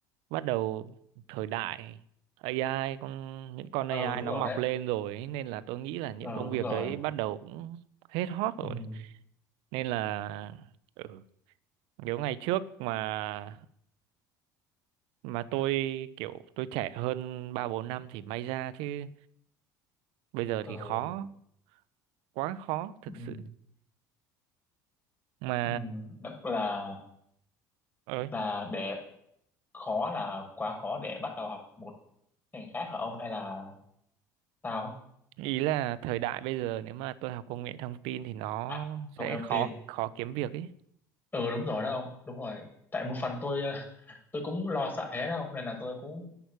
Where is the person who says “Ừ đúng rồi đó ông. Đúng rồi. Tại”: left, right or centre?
Left